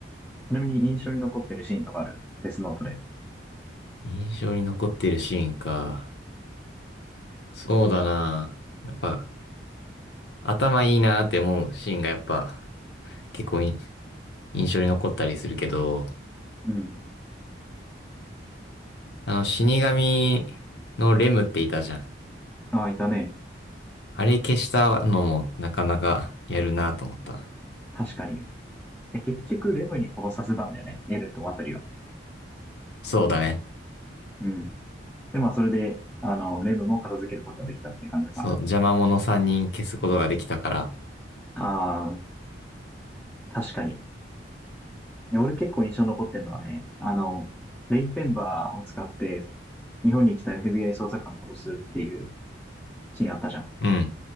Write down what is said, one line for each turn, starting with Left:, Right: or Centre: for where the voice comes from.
Centre: ちなみに印象に残ってるシーンとかある。デスノートで。
Left: 印象に残ってるシーンか。そうだな。やっぱ、頭いいなって思うシーンがやっぱ、結構い印象に残ったりするけど、
Centre: うん。
Left: あの、死神のレムっていたじゃん。
Centre: ああ、いたね。
Left: あれ消したのもなかなかやるなと思ったな。
Centre: 確かに。で結局、レムに殺させたんだよね。エルとワタリは。
Left: そうだね。
Centre: うん。で、まあ、それで、あの、レムも片付けることができたっていう感じかな。
Left: そう、邪魔者3人消すことができたから。
Centre: ああ、確かに。俺結構印象に残ってるのはね、あの、レイペンバーを使って日本に来た FBI 捜査官殺すっていうシーンあったじゃん。
Left: うん。